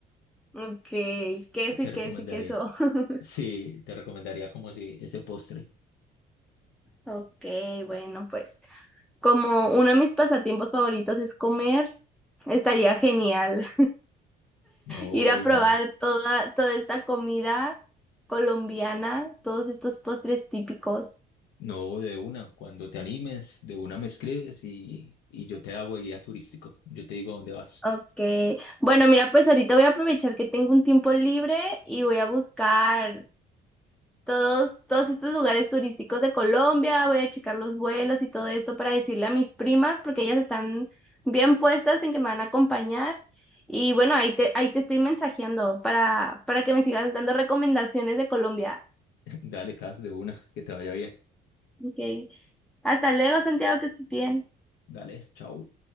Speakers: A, in the centre; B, on the left.
A: ok, queso
B: Te
A: y queso
B: recomendaré,
A: y queso. <laughs>
B: sí, te recomendaría como si ese postre.
A: Ok, bueno, pues como uno de mis pasatiempos favoritos es comer. Estaría genial
B: No,
A: ir a probar
B: dar,
A: toda, toda esta comida colombiana, todos estos postres típicos.
B: no, de una. Cuando te animes, de una me escribes y, y yo te hago el guía turístico. Yo te digo dónde vas.
A: Ok, bueno, mira, pues ahorita voy a aprovechar que tengo un tiempo libre y voy a buscar todos, todos estos lugares turísticos de Colombia, voy a checar los vuelos y todo esto para decirle a mis primas, porque ellas están bien puestas en que me van a acompañar. Y bueno, ahí te, ahí te estoy mensajeando para, para que me sigas dando recomendaciones de Colombia.
B: <laughs> Dale, Cas, de una, que te vaya bien.
A: Ok. Hasta luego, Santiago, que estés bien.
B: Dale, chao.